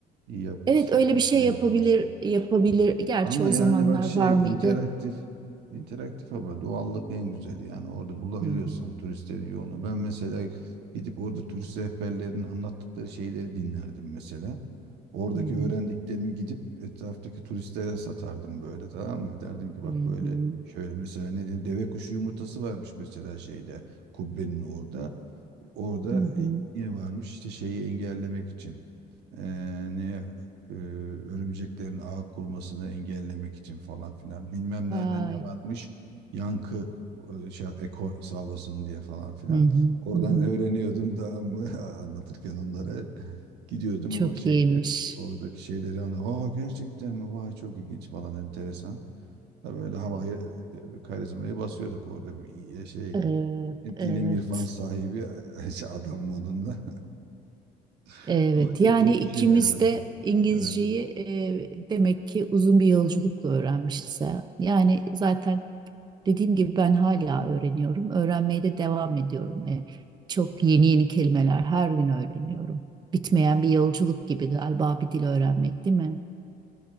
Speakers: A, on the right; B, on the right.
A: iyi yapmışsın,
B: Evet öyle
A: çok
B: bir şey
A: iyi yapmışsın.
B: yapabilir yapabilir. Gerçi
A: Ama
B: o
A: yani
B: zamanlar
A: bak şey
B: var mıydı?
A: interaktif interaktif ama doğallık en güzeli. Yani orada bulabiliyorsan
B: Hı hı.
A: turistlerin yoğunu. Ben mesela gidip orada turist rehberlerinin anlattıkları şeyleri dinlerdim mesela. Oradaki
B: Hı hı.
A: öğrendiklerimi gidip etraftaki turistlere satardım böyle tamam mı? Derdim ki bak
B: Hı
A: böyle
B: hı.
A: şöyle mesela ne diyeyim deve kuşu yumurtası varmış mesela şeyde kubbenin orada. Orada
B: Hı hı.
A: e, niye varmış işte şeyi engellemek için yani e, örümceklerin ağ kurmasını engellemek için falan filan bilmem nerede
B: Vay.
A: ne varmış yankı e, şey, eko sağlasın diye falan filan
B: Hı hı.
A: oradan
B: Hı hı.
A: öğreniyordum da ama <laughs> anlatırken onları gidiyordum
B: Çok
A: o şeyde
B: iyiymiş.
A: oradaki şeyleri anla aa gerçekten mi vay çok ilginç falan enteresan tabii öyle havayı e, karizmayı basıyorduk orada bir e, şey
B: Evet,
A: hem
B: evet,
A: ilim irfan sahibi <laughs> adam modunda <laughs>
B: evet.
A: ama çok
B: Yani
A: çok
B: ikimiz
A: işe yaradı
B: de İngilizceyi
A: evet
B: e, demek ki uzun bir yolculukla öğrenmişiz. ha. Yani zaten dediğim gibi ben hala öğreniyorum. Öğrenmeye de devam ediyorum. E, çok yeni yeni kelimeler her gün öğreniyorum. Bitmeyen bir yolculuk gibi galiba bir dil öğrenmek, değil mi?